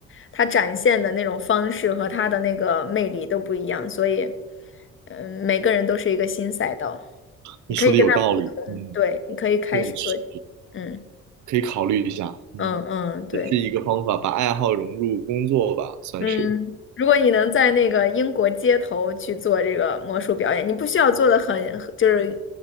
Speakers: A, on the left; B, on the right.
A: 他展现的那种方式和他的那个魅力都不一样，所以嗯，每个人都是一个新赛道，
B: 你说的有道理，
A: 你可以跟他不同，
B: 嗯，
A: 对，你可以开始做，
B: 确实
A: 嗯
B: 可以考虑一下，嗯，
A: 嗯嗯，对。
B: 也是一个方法，把爱好融入工作吧，算是，
A: 嗯，如果你能在那个英国街头去做这个魔术表演，你不需要做的很，就是，